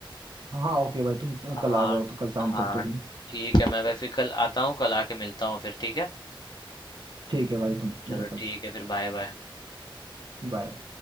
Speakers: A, on the right; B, on the left.
A: हाँ ओके भाई तुम, तुम
B: हाँ
A: कल आ जाओ तो कल शाम
B: हाँ
A: तक तुम
B: ठीक है मैं वै- फिर कल आता हूँ कल आके मिलता हूँ फिर ठीक है
A: ठीक है भाई तुम
B: चलो
A: मिलो कल
B: ठीक है फिर बाय बाय
A: बाय